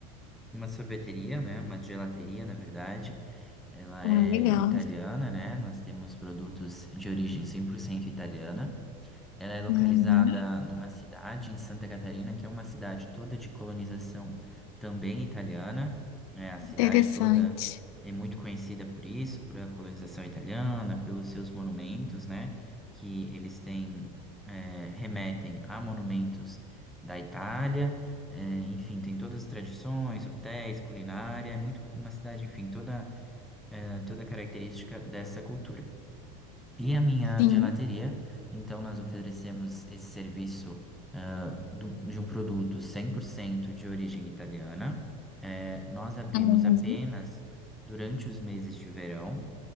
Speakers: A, in the centre; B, on the left.
A: uma sorveteria, né? Uma gelateria, na verdade. Ela
B: Ah,
A: é
B: legal.
A: italiana, né? Nós temos produtos de origem 100% italiana. Ela é localizada
B: Uhum,
A: numa cidade em Santa Catarina, que é uma cidade toda de colonização também italiana. né? a cidade
B: interessante.
A: toda é muito conhecida por isso, por a colonização italiana, pelos seus monumentos, né? Que eles têm, eh, remetem a monumentos da Itália. eh, enfim, tem todas as tradições, hotéis, culinária. É muito uma cidade, enfim, toda, eh, toda característica dessa cultura e a minha
B: Sim.
A: gelateria. Então, nós oferecemos esse serviço ah, do- de um produto 100% de origem italiana. Eh, nós abrimos
B: Uhum,
A: apenas durante os meses de verão,